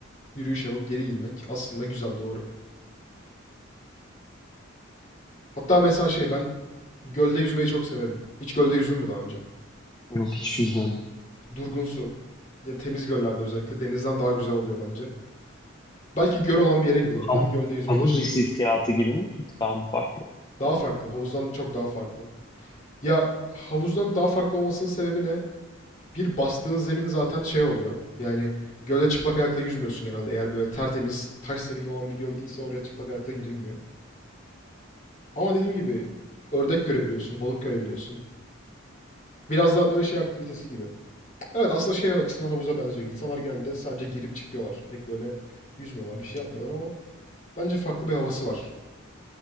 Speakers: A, on the left; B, on the left.
A: yürüyüş yapıp geri inmek aslında güzel doğru. Hatta mesela şey ben gölde yüzmeyi çok severim. Hiç gölde yüzdün mü daha önce?
B: Yok hiç yüzmedim.
A: Durgun su. Ya temiz göllerde özellikle denizden daha güzel oluyor bence. Belki göl olan bir yere giderim.
B: Hav-
A: Hem gölde yüzmek
B: Havuz
A: için.
B: hissiyatı gibi mi? Daha mı farklı?
A: Daha farklı. Havuzdan çok daha farklı. Ya havuzdan daha farklı olmasının sebebi ne? Bir bastığın zemin zaten şey oluyor. Yani gölde çıplak ayakla yüzmüyorsun genelde. Eğer böyle tertemiz taş zemini olan bir göl değilse oraya çıplak ayakla girilmiyor. Ama dediğim gibi ördek görebiliyorsun, balık görebiliyorsun. Biraz daha böyle şey aktivitesi gibi. Evet aslında şey açısından havuza benziyor. İnsanlar genelde sadece girip çıkıyorlar. Pek böyle yüzmüyorlar, bir şey yapmıyorlar ama bence farklı bir havası var.